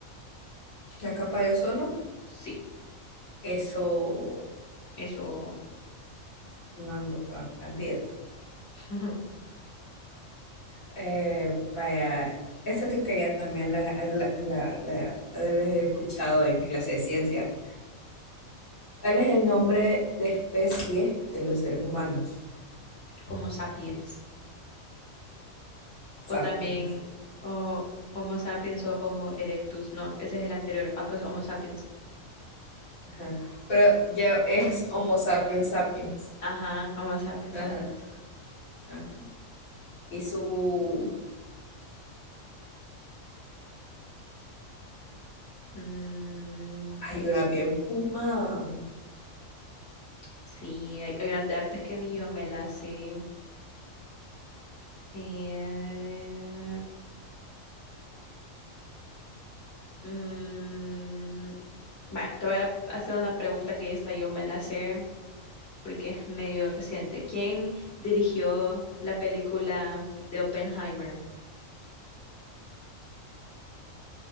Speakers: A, on the left (about 85°); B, on the left (about 50°).
A: la capa de ozono,
B: Sí,
A: eso
B: eso,
A: no ando tan perdida.
B: <laughs>
A: Eh, vaya, eso que ya también la, la, la, la- la debes haber escuchado en clase de ciencia. ¿Cuál es el nombre de especie de los seres humanos?
B: Homo sapiens.
A: Sapiens.
B: O también o, Homo sapiens o Homo erectus. No, ese es el anterior. Ah, pues Homo sapiens.
A: Ajá. Pero ya es Homo sapiens sapiens.
B: Ajá, Homo sapiens
A: Ajá,
B: sapiens.
A: ajá. Y su...
B: Mm,
A: Hay
B: pues
A: una bien fumada.
B: Sí, hay, hay unas de artes que ni yo me las sé. Eh, mm, va, te voy a hacer una pregunta que esta yo me la sé porque es medio reciente. ¿Quién dirigió la película de Oppenheimer?